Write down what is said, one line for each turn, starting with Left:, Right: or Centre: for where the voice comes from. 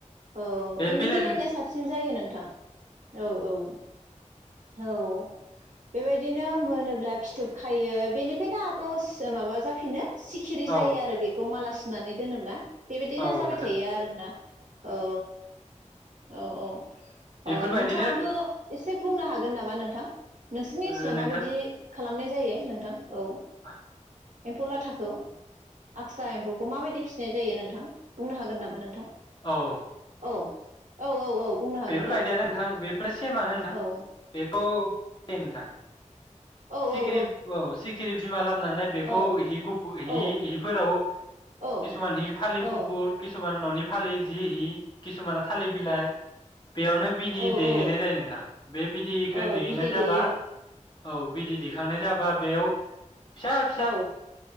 Right: औ
Left: बे
Right: इन्दि
Left: बिलाइनि
Right: बिलाइनिया साबसिन जायो नों थां औ औ औ बेबायदिनो मोनोब्ला फिथोब खायो बेनिफ्रायनो आगषट माबा जाफिनो। सिखिरि
Left: औ
Right: जायो आरो बेखौ माला सुनानै दोनोब्ला बेबायदिनो
Left: औ
Right: जाबाय
Left: नोंथां
Right: थायो आरोना औ औऔ
Left: बेफोरबायदिनो
Right: अ नोंथांङाबो एसे बुंनो हाग गोन नामा नोंथां? नोंसोनिइस्लाव
Left: ओ नोंथां
Right: माबायद खालामनाय जायो नोंथां औ
Left: <inaudible>
Right: एम्फौ लाथाखौ आक्सा एम्फौखौ माबायदि फिसिनाय जायो नोंथां बुंनो हागोन नामा नोंथां
Left: औ
Right: औ औ औ औ बुंनो हागोन
Left: बेफोरबायदियानो
Right: दा
Left: नोंथां बेफोरो सेमानो नोंथां
Right: औ
Left: बेखौ इ नोथां।
Right: औ
Left: सिखिरि
Right: औ
Left: औ सिखिरि बिमा लाब खालामाबनानै बेखौ
Right: औ
Left: हि गुफुर हि-हिफोराव
Right: औ औ
Left: किसुमान हि फालि
Right: औ
Left: गुफुर किसुमाना ननि फालि जि हि किसुमाना थालिर बिलाइ बेयावनो बिदि
Right: औ
Left: दैहैनाय
Right: औ
Left: जायो नोंथां बे बिदिखौ
Right: औ
Left: दैहैनाय
Right: बिदै
Left: जाबा
Right: दैयो
Left: औ बिदि दैखांनाय जाबा बेयाव फिसा-फिसा
Right: औ